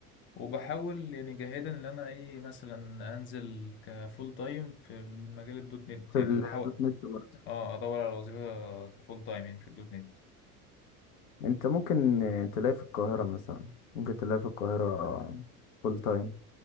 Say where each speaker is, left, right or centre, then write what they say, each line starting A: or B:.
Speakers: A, on the left; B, on the left.
A: وبحاول يعني جاهدا ان انا ايه مثلا انزل كفول تايم في المجال الدوت نت
B: في
A: يعني
B: الدوت
A: بحاول
B: نت برضو
A: اه ادور على وظيفة كفول تايم يعني في الدوت نت
B: انت ممكن تلاقي في القاهره مثلا ممكن تلاقي في القاهره فول تايم